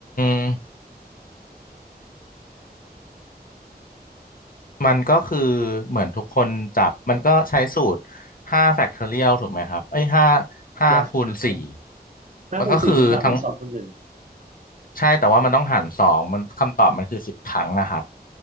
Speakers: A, on the left (about 60°); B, on the right (about 50°).
A: มมันก็คือเหมือนทุกคนจับมันก็ใช้สูตรห้าแฟกทอเรียลถูกไหมครับเอ้ยห้าห้าคูณสี่
B: อยากจะ ห้าคูณสี่คูณสามคูณสองคูณหนึ่ง
A: มันก็คือทั้ง ใช่แต่ว่ามันต้องหารสองมันคำตอบมันคือสิบครั้งอะครับ